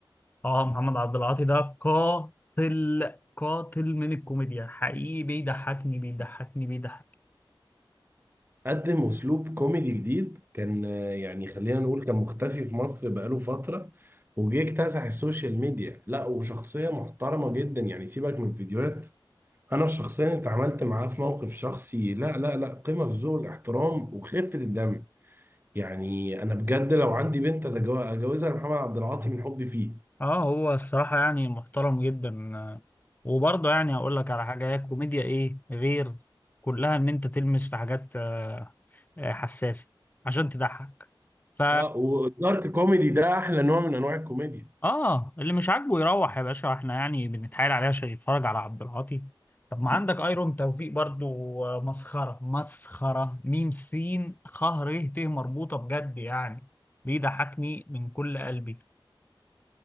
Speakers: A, on the left; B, on the right.
A: اه محمد عبد العاطي ده قاتل قاتل من الكوميديا حقيقي بيضحكني بيضحكني بيضحك
B: قدم اسلوب كوميدي جديد كان آه، يعني خلينا نقول كان مختفي في مصر بقاله فترة وجه اكتسح السوشيال ميديا لا وشخصية محترمة جدا يعني سيبك من الفيديوهات انا شخصيا اتعاملت معاه في موقف شخصي لا لا لا قمة في ذوق الاحترام وخفة الدم يعني انا بجد لو عندي بنت أتجو- اجوزها لمحمد عبد العاطي من حبي فيه
A: اه هو الصراحة يعني محترم جدا آه، وبرضه يعني هقول لك على حاجة هي الكوميديا ايه غير كلها ان انت تلمس في حاجات آه، آه، حساسة عشان تضحك ف
B: اه والدارك كوميدي ده احلى نوع من انواع الكوميديا
A: اه اللي مش عاجبه يروح يا باشا احنا يعني بنتحايل عليه عشان يتفرج على عبد العاطي طب ما عندك ايرون توفيق برضو آه، مسخرة مسخرة ميم سين خ ر ت مربوطة بجد يعني بيضحكني من كل قلبي